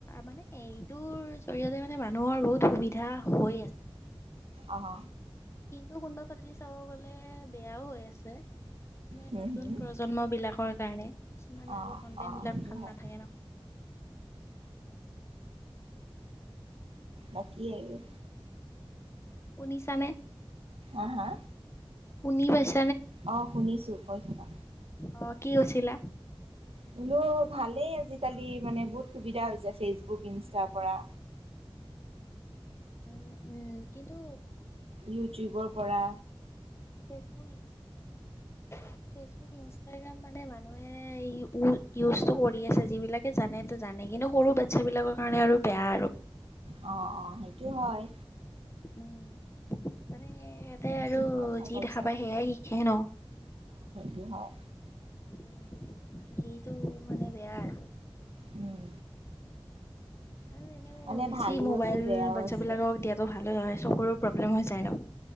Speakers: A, on the left (about 30°); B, on the right (about 80°).
A: মানে এইটোৰ জৰিয়তে মানে মানুহৰ বহুত সুবিধা হৈ আছে <inaudible>
B: অ হ
A: কিন্তু কোনোবা ফালেদি চাব গলে বেয়াও হৈ আছে এনে
B: হুম
A: নতুন
B: হুম
A: প্ৰজন্ম বিলাকৰ কাৰণে কিছুমান
B: অ
A: আৰু কন্টেন্ট
B: অ
A: বিলাক
B: সেইটো
A: ভাল
B: হয়
A: নাথাকে ন
B: বাকী আৰু
A: শুনিছ নে
B: আহ হা
A: উননি বছ
B: অ' শুনিছো কৈ থকা
A: আহ কি হৈছিলা
B: বোলো ভালেই আজিকালি মানে বহুত সুবিধা হয়চে। ফেচবুক ইনষ্টাৰ পৰা
A: উম উম কিন্তু
B: ইউটিউবৰ পৰা
A: বেছব ফেচবুক ইনষ্টাগ্ৰাম মানে মানুহে ইজটো কৰি আছে যিবিলাক জানেতো জানে কিন্তু সৰু বাচ্ছ বিলাকৰ কাৰণে আৰু বেয়া আৰু
B: অ', অ সেইটো হয়
A: উম তানে তে আৰু
B: ঠিক কথা
A: যি
B: কৈছা
A: দেখা পায় সেয়াই শিকে ন
B: বিহাৰ
A: উ সেইটো মানে বেয়া আৰু
B: উম।
A: আৰু এনেও
B: মানে
A: বেছি
B: ভালো
A: মোবাইল
B: আছে বেয়াও
A: বাচ্ছাবলাকক
B: আছে
A: দিয়াতটো ভাল হয় চ প্ৰব্লেম হৈ যায় ন